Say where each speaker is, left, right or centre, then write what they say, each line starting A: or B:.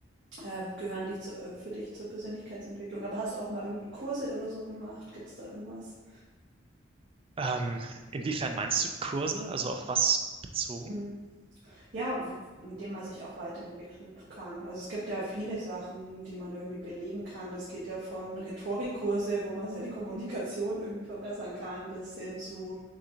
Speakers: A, on the right (about 65°); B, on the right (about 30°).
A: äh, gehören dich zu, äh, für dich zur Persönlichkeitsentwicklung. Aber hast du auch mal irgendwie Kurse oder so gemacht? Gibt es da irgendwas?
B: Ähm, inwiefern meinst du Kurse? Also auf was bezogen?
A: Hm. Ja, w- mit dem man sich auch weiterentwickeln kann. Also es gibt ja viele Sachen, die man irgendwie belegen kann. Das geht ja von Rhetorikkurse, wo man seine Kommunikation irgendwie verbessern kann, bis hin zu,